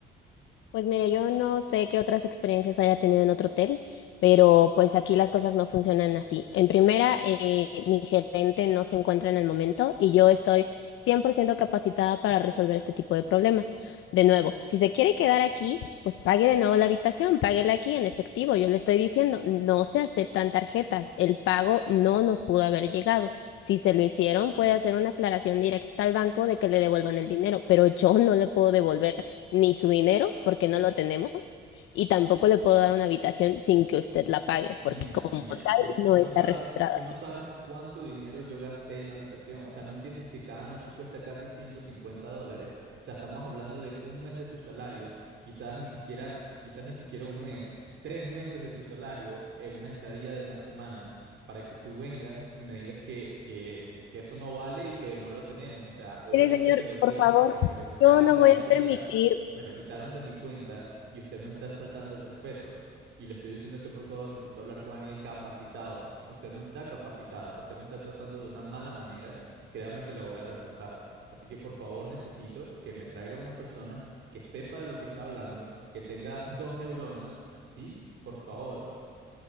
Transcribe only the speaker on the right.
Niña,
niña,
tú,
tú no
sabes,
tú no
sabes cuánto dinero yo gasté en la habitación. O sea, no entiendes que cada noche cuesta casi 150 dólares. O sea, estamos hablando de un mes de tu salario, quizás ni siquiera, quizás ni siquiera un mes, tres meses de tu salario en una estadía de una semana para que tú vengas y me digas que, que, que eso no vale y que no lo tenemos. O sea, obviamente
que lo tienen
porque me lo quitaron
de
mi
cuenta.
Me lo quitaron de mi cuenta y usted me está faltando el respeto. Y le estoy diciendo que por favor necesito hablar con alguien capacitado. Usted no está capacitada, usted me está tratando de una mala manera y créame que la voy a reportar. Así que por favor necesito que me traiga una persona que sepa de lo que está hablando, que tenga dos neuronas, ¿sí? Por favor,